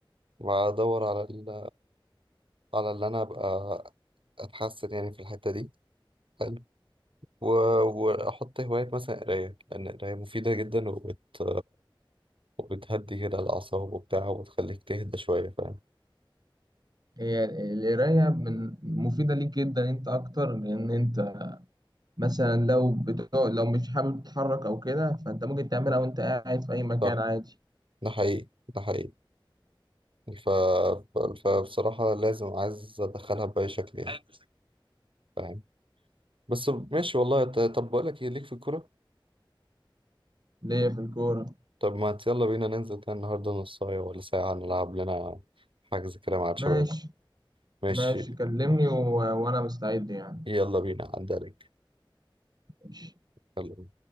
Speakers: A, on the right (about 75°); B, on the right (about 50°).
A: وأدور على ال... على اللي أنا أبقى أتحسن يعني في الحتة دي حلو و... وأحط هواية مثلا قراية لأن القراية مفيدة جدا وبت... وبتهدي كده الأعصاب وبتاع وتخليك تهدى شوية فاهم
B: هي القراية من مفيدة ليك جدا انت اكتر لان انت مثلا لو بتقعد لو مش حابب تتحرك او كده فانت ممكن تعملها وانت قاعد في اي مكان
A: صح
B: عادي
A: ده حقيقي ده حقيقي ف... ف... فبصراحة لازم عايز أدخلها بأي شكل يعني فاهم بس ماشي والله ت- طب بقول لك إيه ليك في الكورة
B: ليا في الكورة
A: طب ما ت- يلا بينا ننزل كده النهاردة نصاية ولا ساعة نلعب لنا حجز كده مع الشباب
B: ماشي
A: ماشي
B: ماشي كلمني و... وانا مستعد يعني
A: يلا بينا عدى عليك
B: ماشي
A: يلا بينا